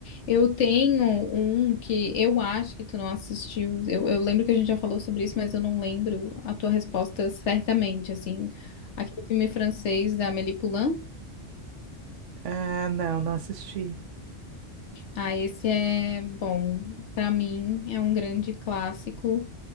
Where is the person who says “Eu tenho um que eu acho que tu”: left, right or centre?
Left